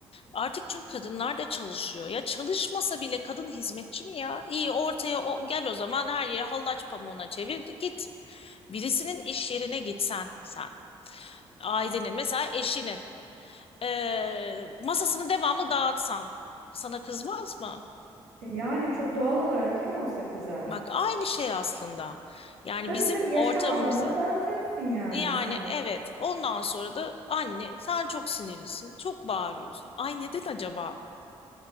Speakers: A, on the left; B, on the right.
A: Artık çünkü kadınlar da çalışıyor. Ya çalışmasa bile kadın hizmetçi mi ya? İyi ortaya o, gel o zaman her yeri hallaç pamuğuna çevir git. Birisinin iş yerine gitsen sen. Ailenin mesela eşinin eee, masasını devamlı dağıtsan sana kızmaz mı?
B: E yani çok doğal olarak kim olsa kızar.
A: Bak aynı şey aslında. Yani
B: Tabii
A: bizim
B: tabii
A: ortamımız
B: yaşam alanını dağıtıyorsun yani
A: Yani
B: sen.
A: evet. Ondan sonra da anne sen çok sinirlisin. Çok bağırıyorsun. Ay neden acaba?